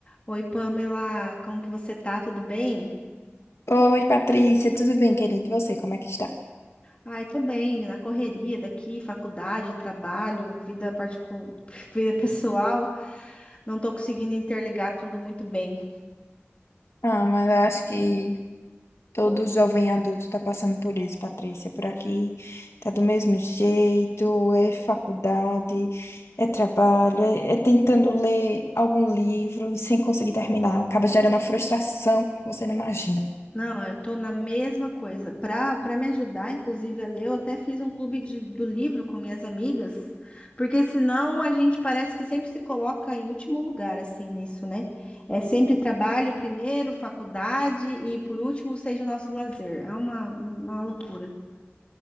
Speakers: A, on the left; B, on the left.
A: Oi, Pamela, como que você tá? Tudo bem?
B: Oi, Patrícia, tudo bem, querido? E você, como é que está?
A: Ai, tô bem, na correria daqui, faculdade, trabalho, vida particular, <laughs> vida pessoal, não tô conseguindo interligar tudo muito bem.
B: Ah, mas eu acho que todo jovem adulto está passando por isso, Patrícia. Por aqui tá do mesmo jeito, é faculdade, é trabalho, é, é tentando ler algum livro e sem conseguir terminar. Acaba gerando uma frustração que você não imagina.
A: Não, eu tô na mesma coisa. Pra, pra me ajudar, inclusive, a ler, eu até fiz um clube de- do livro com minhas amigas, porque senão a gente parece que sempre se coloca em último lugar, assim, nisso, né? É sempre trabalho primeiro, faculdade e por último seja o nosso lazer. É uma, uma loucura.